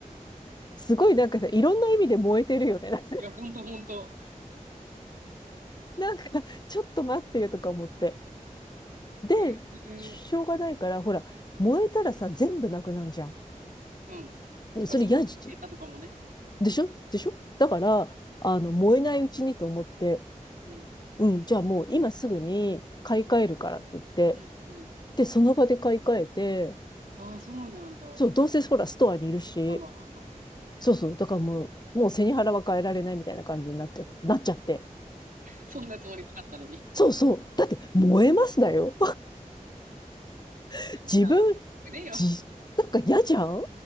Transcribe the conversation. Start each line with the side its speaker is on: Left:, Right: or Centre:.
Left: すごいなんかさ、いろんな意味で燃えてるよね。なんか、
Right: いや、ほんとほんと。
Left: なんかちょっと待ってよとか思って。で、
Right: ええ
Left: しょうがないから、ほら、燃えたらさ、全部なくなるじゃん。
Right: うん。
Left: でそれ嫌じゃん。
Right: あ、そうだね。データとかもね。
Left: でしょでしょだから、あの、燃えないうちにと思って、
Right: うん。
Left: うん、じゃあもう今すぐに買い替えるからって言って、
Right: うん。うん。
Left: で、その場で買い替えて、
Right: ああ、そうなんだ。ま
Left: そう、どうせほら、ストアにいるし、
Right: あまあまあまあね。
Left: そうそう、だからもう、もう背に腹は変えられないみたいな感じになっちゃ、なっちゃって。
Right: そんなつもりなかったのに。
Left: そうそう。だって、燃えますだよ。<laughs>
Right: 直して
Left: 自分、
Right: くれよ。
Left: じ、なんか嫌じゃん